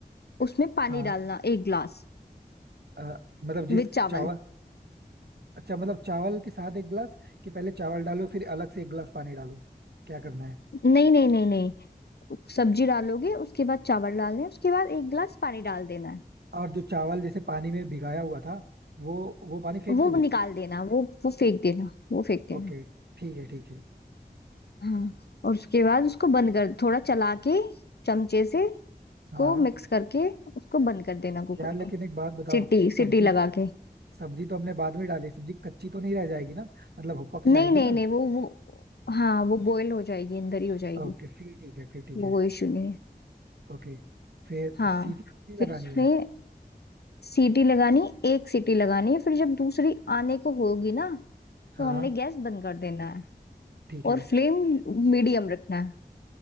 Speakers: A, on the left; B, on the right.
A: उसमें पानी
B: हाँ
A: डालना एक ग्लास
B: अ, मतलब जिस
A: विद चावल
B: चावल अच्छा मतलब चावल के साथ एक गिलास कि पहले चावल डालो फिर अलग से एक गिलास पानी डालो क्या करना है
A: नहीं नहीं नहीं नहीं सब्जी डालोगे उसके बाद चावल डालने हैं, उसके बाद एक ग्लास पानी डाल देना है
B: और जो चावल जैसे पानी में भिगाया हुआ था वो वो पानी फेंक
A: वो
B: दूं
A: निकाल देना वो वो फेंक देना वो फेंक देना
B: ओके ठीक है ठीक है
A: हाँ और उसके बाद उसको बंद कर थोड़ा चला के चमचे से
B: हाँ
A: को मिक्स करके उसको बंद कर देना कुकर
B: यार लेकिन
A: को
B: एक बात बताओ
A: सीटी सीटी
B: सब्जी
A: लगा के
B: सब्जी तो हमने बाद में डाली सब्जी कच्ची तो नहीं रह जाएगी ना मतलब वो पक
A: नहीं
B: जाएगी
A: नहीं
B: ना
A: नहीं वो वो हाँ वो बॉईल हो जाएगी अंदर ही हो जाएगी
B: ओके फिर ठीक है फिर ठीक
A: वो
B: है
A: कोई इशू नहीं है
B: ओके फिर
A: हाँ
B: सीटी कितनी
A: फिर
B: लगानी
A: उसमें
B: है
A: सीटी लगानी एक सीटी लगानी है फिर जब दूसरी आने को होगी ना
B: हाँ
A: तो हमने गैस बंद कर देना है
B: ठीक है
A: और फ्लेम मीडियम रखना है